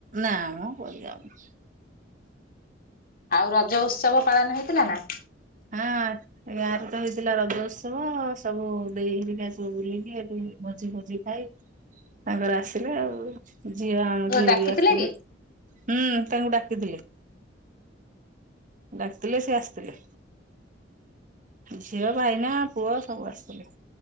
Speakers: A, on the right; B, on the left.
A: ନା ମ କୁଆଡେ ଯାଉନୁ।
B: ଆଉ ରଜ ଉତ୍ସବ ପାଳନ ହେଇଥିଲା ନା?
A: ହଁ। ଏ ଗାଁ ରେ ତ ହେଇଥିଲା ରଜ ଉତ୍ସବ ସବୁ ଦେଇ ହେରିକା ସବୁ ବୁଲିକି ଏଠି ଭୋଜି ଫଜି ଭାଇ ତାଙ୍କର ଆସିଲେ ଆଉ। ଝିଅ ଆମ ଝିଅ
B: ଡାକିଥିଲେ
A: ବି ଆସିଥିଲେ
B: କି?
A: ହୁଁ ତାଙ୍କୁ ଡାକିଥିଲେ। ଡାକିଥିଲେ ସେ ଆସିଥିଲେ। ଝିଅ, ଭାଇନା, ପୁଅ ସବୁ ଆସିଥିଲେ।